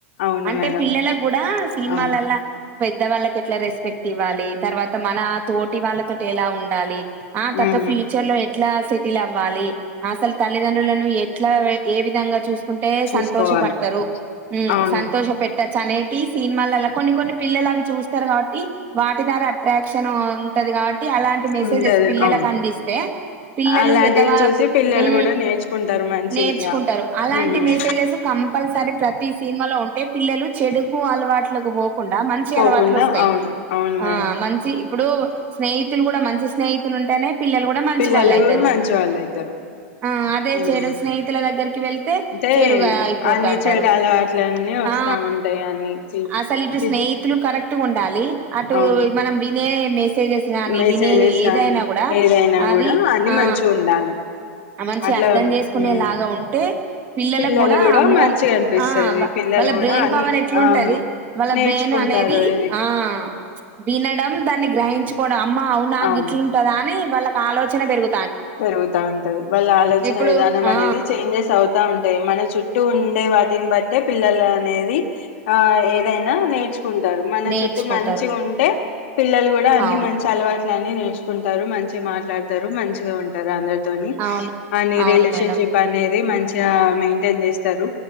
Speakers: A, on the left (about 50°); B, on the right (about 20°).
A: అవును
B: అంటే
A: మేడం
B: పిల్లలకు కూడా సినిమాలల్లా
A: అవును
B: పెద్ద వాళ్ళకి ఎట్లా రెస్పెక్ట్ ఇవ్వాలి. తర్వాత మన తోటి వాళ్ళతోటి ఎలా ఉండాలి. ఆ తత
A: ఉమ్
B: ఫ్యూచర్ లో ఎట్లా సెటిల్ అవ్వాలి. అసలు తల్లిదండ్రులను ఎట్లా ఏ విధంగా చూసు. కుంటే
A: చూసుకోవాలి
B: సంతోష పడతారు
A: అవును
B: సంతోష పెట్ చనేటి సినిన్మాల్లా కొన్ని కొన్ని పిల్లలు అవి చూస్తారు కాబట్టి వాటి దారా అట్రాక్షన్ ఉంటది కాబట్టి. అలాంటి మెసేజ్స్
A: ఉంటది
B: పిల్లలకు
A: అవును
B: అందిస్తే పిల్లలు
A: అలాంటివి
B: పెద్ద వాళ్ళు
A: చూసి పిల్లలు
B: ఉ
A: కూడా నేర్చుకుంటారు మంచిగా
B: నేర్చుకుంటారు. అలాంటి
A: ఉమ్
B: మెసేజెస్ క పల్సరీ ప్రతి సినిమాలో ఉంటే పిల్లలు చెడుకు అలవాట్ పోకుండా మంచి
A: పోకుండా
B: అలవాట్లు వస్తాయి.
A: అవును అవును
B: ఆ
A: మేడం
B: మంచి ఇప్పుడు స్నేహితులు కూడా మంచి స్నేహితు ఉంటేనే పిల్లలు కూడా మంచి
A: పిల్లలు
B: వాళ్ళు అయితరు.
A: మంచి వాళ్ళు అయితారు
B: ఆ అదే
A: ఉమ్
B: చెడు స్నేహితుల దగ్గరికి వెళ్తే
A: అంటే
B: చెడుగా అయిపోతా
A: అన్ని
B: అంటారు.
A: చెడు అలవాట్లన్నీ వస్తా
B: ఆ
A: ఉంటాయి అన్ని చి-
B: అసలు ఇటు
A: చి-
B: స్నేహితులు కరెక్ట్. ఉండాలి అటు
A: అవును
B: మనం వినే మెస్ స్ గానీ
A: మెసేజెస్
B: వినేవీ
A: గానీ
B: యినా కూడా
A: ఏదైనా
B: అది
A: కూడా అన్ని
B: ఆ
A: మంచిగా ఉండాలి
B: మంచి
A: అట్లా
B: అర్థం చేసుకునేలాగా.
A: ఉమ్
B: ఉంటే పిల్లలకు
A: పిల్లలు
B: కూడా అమ్మో
A: మంచిగా అనిపిస్తది
B: ఆ వా
A: పిల్లలు
B: వాళ్ళ
A: కూడా
B: బ్రెయిన్
A: అని
B: పవర్ ఎట్లుంటది.
A: అవును
B: వాళ్ళ
A: నేర్చుకుంటారు
B: బ్రెయిన్ అనేది
A: ఇది
B: ఆ వినడం దాన్ని గ్రహించుకోడా అమ్మ అవునా
A: అవును
B: గి కం పదాన్ని వాళ్ళకి ఆలోచన పెరుగుతుంది
A: పెరుగుతా ఉంటది వాళ్ళ ఆలోచన
B: ఇప్పుడు
A: విధానం
B: ఆ
A: అనేది చేంజెస్ అవుతా ఉంటాయి మన చుట్టూ చుట్టు ఉండే వాటిని బట్టే పిల్లలు అనేది ఆ ఏదైనా నేర్చు కుంటారు మన
B: నేర్చుకుంటారు
A: చుట్టూ మంచిగా ఉంటే పిల్లలు కూడా అన్ని
B: అవును
A: మంచి అలవాటు అన్ని నేర్చుకుంటారు మంచి మాట్లాడుతారు మంచి ఉంట అందులో
B: అవును
A: అని
B: అవును
A: రిలేషన్
B: మేడం
A: షిప్ అనేది మంచి మెయింటైన్ చేస్తారు